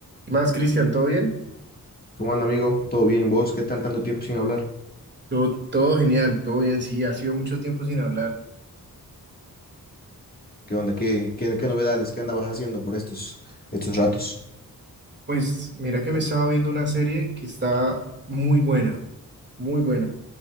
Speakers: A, on the right; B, on the left.
A: ¿Qué más, Cristian? ¿Todo bien?
B: ¿Cómo anda, amigo? ¿Todo bien? ¿Vos? ¿Qué tal tanto tiempo sin hablar?
A: Todo, todo genial, todo bien, sí, ha sido mucho tiempo sin hablar.
B: ¿Qué onda? ¿Qué, qué, qué novedades? ¿Qué andabas haciendo por estos, estos ratos?
A: Pues mira que me estaba viendo una serie que está muy buena, muy buena.